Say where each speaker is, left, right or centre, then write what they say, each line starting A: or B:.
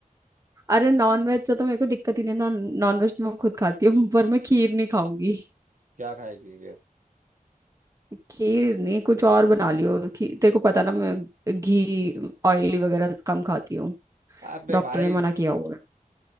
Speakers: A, on the right (about 20°); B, on the right (about 60°).
A: अरे नॉन वेज से तो मेरे को दिक्कत ही नहीं नॉन नॉन वेज तो मैं खुद खाती हूँ पर मैं खीर नहीं खाऊंगी
B: क्या खाएगी फिर
A: खीर नहीं कुछ और बना लियो खीर तेरे को पता ना मैं घी ऑयली वगैरह कम खाती हूँ
B: अबे
A: डॉक्टर
B: भाई
A: ने मना किया हुआ है